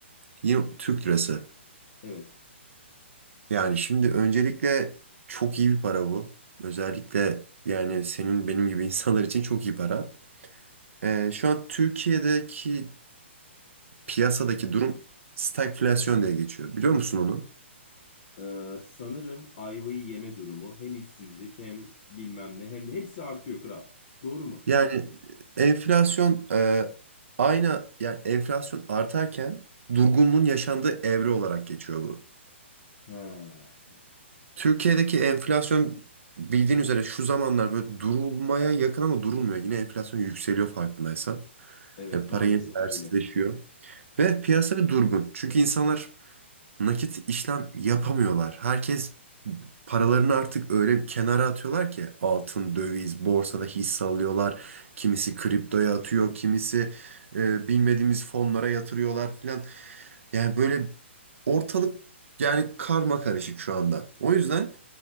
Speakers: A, on the right; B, on the left.
A: Yine Türk lirası.
B: Evet.
A: Yani şimdi öncelikle çok iyi bir para bu. Özellikle yani senin benim gibi <laughs> insanlar için çok iyi para. Ee, şu an Türkiye'deki piyasadaki durum stagflasyon diye geçiyor. Biliyor musun onu?
B: Ee, sanırım ayvayı yeme durumu hem işsizlik hem bilmem ne hem de hepsi artıyor kral. Doğru mu?
A: Yani e, enflasyon e, aynı yani enflasyon artarken durgunluğun yaşandığı evre olarak geçiyor bu.
B: He.
A: Türkiye'deki enflasyon bildiğin üzere şu zamanlar böyle durulmaya yakın ama durulmuyor. Yine enflasyon yükseliyor farkındaysan.
B: Evet
A: E, para
B: maalesef
A: yine değersizleşiyor.
B: öyle.
A: Ve piyasa bir durgun. Çünkü insanlar nakit işlem yapamıyorlar. Herkes paralarını artık öyle bir kenara atıyorlar ki altın, döviz, borsada hisse alıyorlar. Kimisi kriptoya atıyor, kimisi e, bilmediğimiz fonlara yatırıyorlar filan. Yani böyle ortalık yani karma karışık şu anda. O yüzden